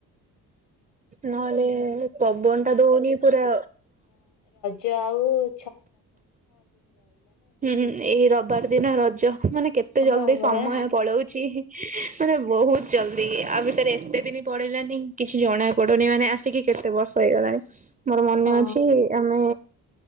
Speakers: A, on the right (about 20°); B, on the left (about 70°).
A: ନହେଲେ ପବନଟା ଦଉନି ପୁରା।
B: ଯାଉ
A: ହୁଁ ଏଇ ରବିବାର ଦିନ ରଜ। ମାନେ କେତେ ଜଲଦି
B: ହଁ ପରା
A: ସମୟ ପଳାଉଛି ମାନେ ବହୁତ ଜଲଦି ଆଉ ଭିତରେ ଏତେ ଦିନ ପଡେଇିଲାନି କିଛି ଜଣା ପଡୁନି ମାନେ ଆସିକି କେତେ ବର୍ଷ ହେଇଗଲାଣି ମୋର ମନେ
B: ହଁ
A: ଅଛି ଆମେ